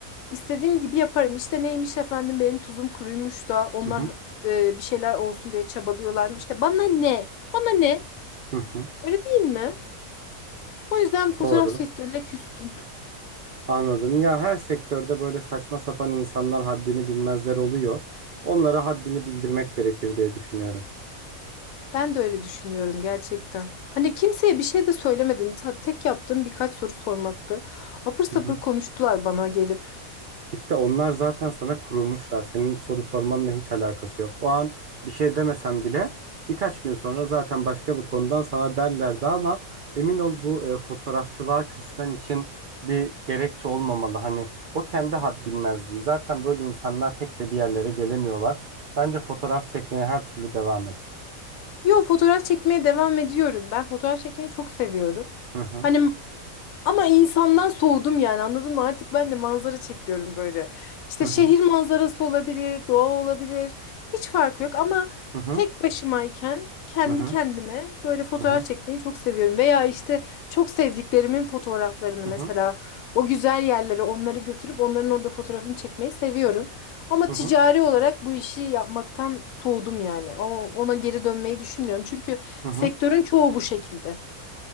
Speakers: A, on the left; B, on the right.
A: İstediğim gibi yaparım. İşte neymiş efendim benim tuzum kuruymuş da onlar
B: Hı hı.
A: e, bir şeyler olsun diye çabalıyorlarmış da bana ne? Bana ne?
B: Hı hı.
A: Öyle değil mi? O yüzden fotoğraf
B: Doğru.
A: sektörüne küstüm.
B: Anladım. Ya her sektörde böyle saçma sapan insanlar haddini bilmezler oluyor. Onlara haddini bildirmek gerekir diye düşünüyorum.
A: Ben de öyle düşünüyorum gerçekten. Hani kimseye bir şey de söylemedim. Ta- Tek yaptığım birkaç soru sormaktı. Apır sapır
B: Hı hı.
A: konuştular bana gelip.
B: İşte onlar zaten sana kurulmuşlar. Senin soru sormanla hiç alakası yok. O an bir şey demesen bile birkaç gün sonra zaten başka bir konudan sana derlerdi ama emin ol bu e, fotoğrafçılığa küsmen için bir gerekçe olmamalı. Hani o kendi had bilmezliği. Zaten böyle insanlar pek de bir yerlere gelemiyorlar. Bence fotoğraf çekmeye her türlü devam et.
A: Yo fotoğraf çekmeye devam ediyorum. Ben fotoğraf çekmeyi çok seviyorum.
B: Hı hı.
A: Hani Ama insandan soğudum yani anladın mı? Artık ben de manzara çekiyorum böyle. İşte
B: Hı hı.
A: şehir manzarası olabilir, doğa olabilir. Hiç farkı yok ama
B: Hı hı,
A: tek başımayken kendi
B: hı hı,
A: kendime böyle fotoğraf
B: hı hı,
A: çekmeyi çok seviyorum. Veya işte çok sevdiklerimin fotoğraflarını
B: hı
A: mesela
B: hı,
A: o güzel yerlere onları götürüp onların orada fotoğrafını çekmeyi seviyorum. Ama
B: hı
A: ticari
B: hı,
A: olarak bu işi yapmaktan soğudum yani. O- Ona geri dönmeyi düşünmüyorum. Çünkü
B: hı hı.
A: sektörün çoğu bu şekilde.